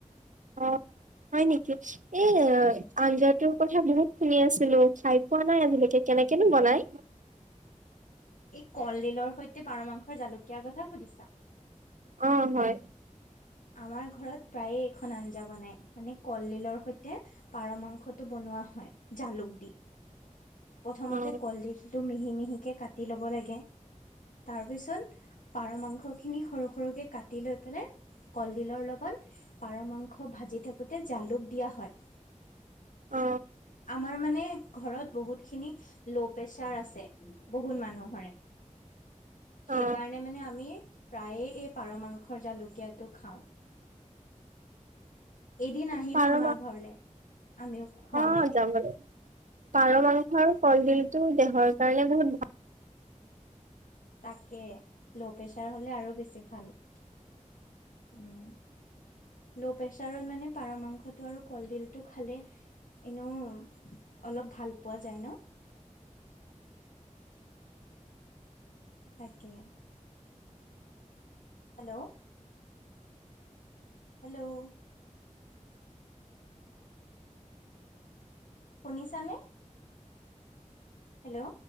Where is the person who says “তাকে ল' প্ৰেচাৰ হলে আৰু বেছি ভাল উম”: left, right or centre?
Left